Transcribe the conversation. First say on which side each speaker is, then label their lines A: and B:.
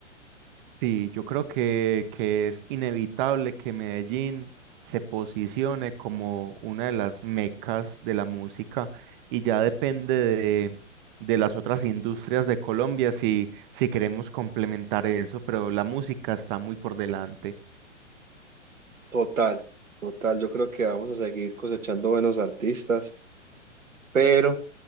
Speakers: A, on the right; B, on the right.
A: Sí, yo creo que, que es inevitable que Medellín se posicione como una de las mecas de la música y ya depende de, de las otras industrias de Colombia si, si queremos complementar eso, pero la música está muy por delante.
B: Total, total. Yo creo que vamos a seguir cosechando buenos artistas, pero